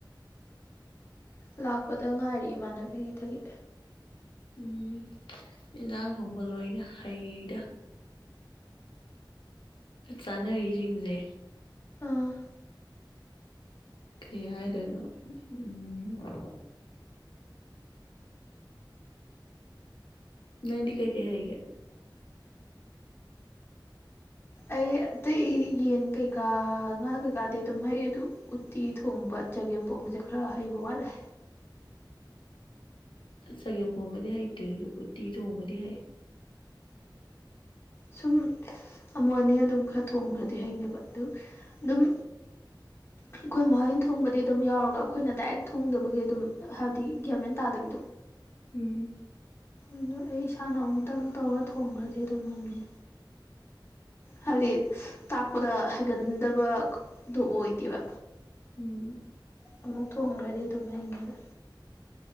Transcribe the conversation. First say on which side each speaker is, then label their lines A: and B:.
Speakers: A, on the left (about 30°); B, on the left (about 85°).
A: ꯂꯥꯛꯄꯗ ꯉꯥꯏꯔꯤ ꯏꯃꯥꯟꯅꯕꯤꯒꯤꯗꯗꯤ
B: ꯎꯝ ꯏꯟꯖꯥꯡ ꯊꯣꯡꯕ ꯂꯣꯏꯅ ꯍꯩꯗ ꯆꯥꯅꯔꯤꯖꯤꯡꯖꯦ
A: ꯑꯥ
B: ꯀ꯭ꯔꯤ ꯍꯥꯏꯗꯣꯏꯅꯣ ꯎꯝ ꯅꯪꯗꯤ ꯀꯩ ꯀꯩ ꯍꯩꯒꯦ
A: ꯑꯩ ꯑꯇꯩ ꯌꯦꯟ ꯀꯩꯀꯥ ꯉꯥ ꯀꯩꯀꯥꯗꯤ ꯑꯗꯨꯝ ꯍꯩ ꯑꯗꯨ ꯎꯠ ꯇꯤ ꯊꯣꯡꯕ ꯆꯒꯦꯝ ꯄꯣꯝꯕꯖꯦ ꯈꯔ ꯍꯩꯕ ꯋꯥꯠꯂꯦ
B: ꯆꯒꯦꯝꯄꯣꯝꯕꯗꯤ ꯍꯩꯇꯦ ꯑꯩꯖꯨ ꯎꯇꯤ ꯊꯣꯡꯕꯗꯤ ꯍꯩ
A: ꯁꯨꯝ ꯑꯃꯨꯛ ꯑꯅꯤ ꯑꯗꯨꯝ ꯈꯔ ꯊꯣꯡꯈ꯭ꯔꯗꯤ ꯍꯩꯅꯦꯕ ꯑꯗꯨ ꯑꯗꯨꯝ ꯑꯩꯈꯣꯏ ꯃꯥꯍꯣꯏꯅ ꯊꯣꯡꯕꯗꯤ ꯑꯗꯨꯝ ꯌꯥꯎꯔꯒ ꯑꯩꯈꯣꯏꯅ ꯗꯥꯏꯔꯦꯛ ꯊꯣꯡꯗꯕꯒꯤ ꯑꯗꯨꯝ ꯍꯥꯏꯕꯗꯤ ꯒ꯭ꯌꯥꯟ ꯃꯦꯟ ꯇꯥꯗꯕꯤꯗꯣ
B: ꯎꯝ
A: ꯑꯗꯨ ꯑꯩ ꯏꯁꯥꯅ ꯑꯃꯨꯛꯇꯪ ꯇꯧꯔ ꯊꯣꯡꯈ꯭ꯔꯗꯤ ꯑꯗꯨꯝ ꯉꯝꯅꯤ ꯍꯥꯏꯕꯗꯤ ꯇꯥꯛꯄꯗ ꯍꯩꯒꯟꯗꯕꯗꯣ ꯑꯣꯏꯗꯦꯕ
B: ꯎꯝ
A: ꯑꯃꯨꯛ ꯊꯣꯡꯒ꯭ꯔꯗꯤ ꯑꯗꯨꯝ ꯍꯩꯅꯤꯕ